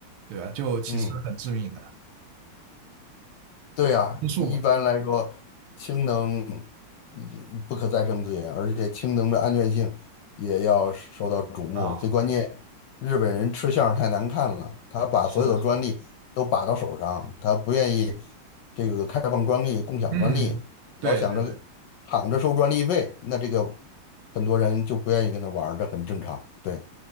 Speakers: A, on the right (about 90°); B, on the left (about 70°).
A: 对吧？就其实很致命的
B: 嗯。对呀，
A: 因素嘛，
B: 一般来说，氢能嗯不可再生资源，而且氢能的安全性也要受到瞩目。
A: 啊，
B: 最关键，日本人吃相太难看了，他把所有的专利都把到手上，
A: 是的，是的，
B: 他不愿意这个开放专利、共享专利，
A: 嗯，对对对
B: 老想着躺着收专利费，那这个很多人就不愿意跟他玩儿这很正常。对。